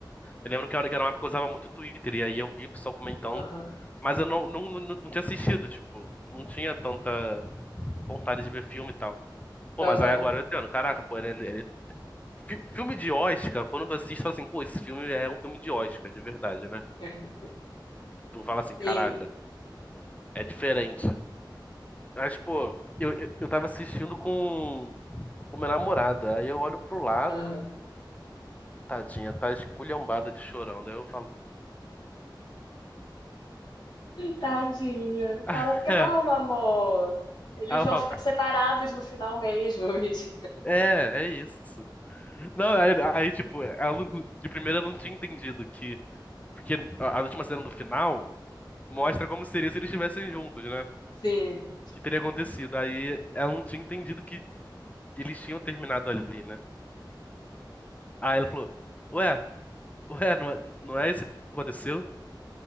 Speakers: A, on the left (about 20°); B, on the left (about 65°).
A: Eu lembro que a hora que era uma época eu usava muito Twitter, e aí eu vi o pessoal comentando,
B: Aham,
A: mas eu não, não, não, não tinha assistido, tipo, não tinha tanta vontade de ver filme e tal. Pô,
B: aham.
A: mas aí agora eu entendo, caraca, pô, ele, é, ele- é fi- filme de Oscar, quando tu assiste, tu fala assim, pô, esse filme é um filme de Oscar, de verdade, né?
B: <laughs>
A: Tu fala assim, caraca,
B: Sim.
A: é diferente. Mas, pô, eu, eu, eu tava assistindo com, com minha namorada, aí eu olho pro lado,
B: Aham.
A: tadinha, tá esculhambada de chorando, aí eu falo,
B: Tadinha. Fala,
A: <laughs>
B: calma,
A: é.
B: amor. Eles
A: Aí eu
B: vão
A: falo,
B: ficar
A: "Ca-
B: separados no final mesmo, <laughs> Vidi.
A: é, é isso. Não, aí, aí, tipo, ela, não- de primeira eu não tinha entendido que. Porque a a última cena do final mostra como seria se eles estivessem juntos, né?
B: Sim.
A: Que teria acontecido. Aí ela não tinha entendido que eles tinham terminado ali, né? Aí ela falou: Ué, ué, não é, não é isso que aconteceu?